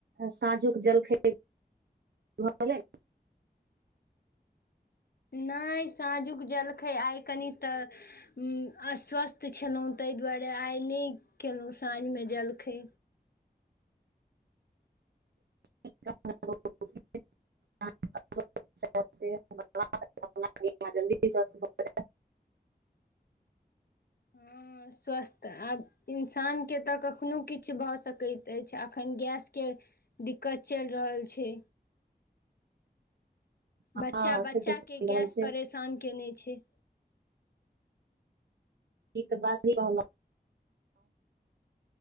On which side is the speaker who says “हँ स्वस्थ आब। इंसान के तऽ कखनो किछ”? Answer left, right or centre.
Left